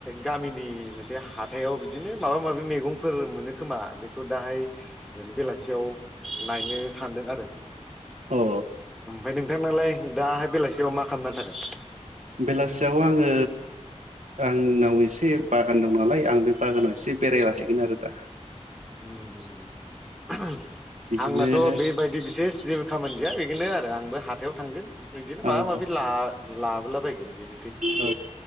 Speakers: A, in the centre; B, on the right (about 80°).
A: गामिनि मोनसे हाथथायाव बिदिनो माबा माबि मैगंफोर मोनो खोमा बे दाहाय ओरनो बेलासि खासेयाव नायनो सानदों आरो
B: औ
A: ओमफ्राय नोंथांनाालाय दाहाय बेलासि फआव मा खालामना थागोन
B: बेलासियाव आङो आंनाव एसे बागान दं नालाय आं बे बागानाव एसे बेरायलाहैगोन आरो दा
A: <unintelligible>
B: बिदिनो
A: आंनाथ बेबायदि बिसेस ज खामानिजया बेखौनो आरो आंबो हाथायाव थांगोन बिदिनो माबा
B: औ
A: माबि
B: औ
A: ला लाबोलाबायगोन बेनोसै
B: औ